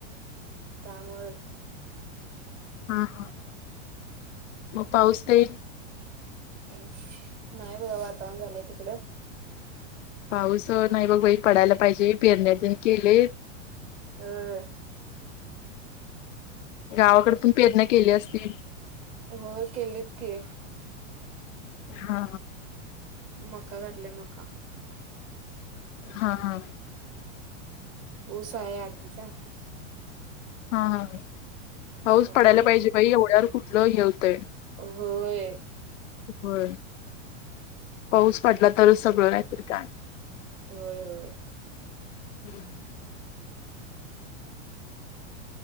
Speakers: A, on the right (about 30°); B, on the left (about 80°).
A: त्यामुळे
B: हा हा मग पाऊस तेही
A: आणि नाही बघा वातावरण झालंय तिकलं
B: पाऊस नाही बघ बाई पडायला पाहिजे पेरण्या केले
A: ह
B: गावाकड पण प्रेरणा केली असती
A: हो केलेत की
B: हा
A: मका घातले मका
B: हा हा
A: उस आहे आधीचा
B: हा हा पाऊस
A: आता
B: पडायला
A: मग
B: पाहिजे
A: काय
B: बाई एवढ्यावर कुठलं हेवतंय
A: होय
B: हो पाऊस पडला तरच सगळं नाहीत का
A: होय होय
B: <inaudible>